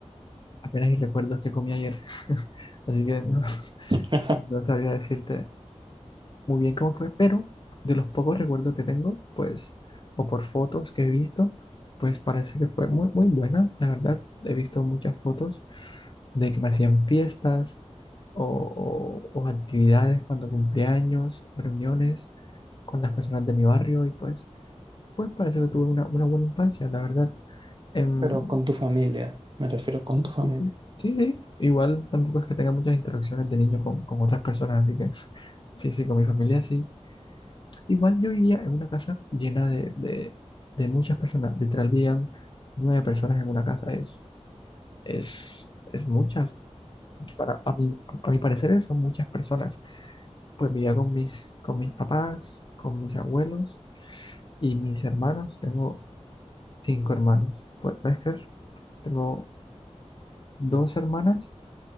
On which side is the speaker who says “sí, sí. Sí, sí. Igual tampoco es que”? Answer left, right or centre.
Left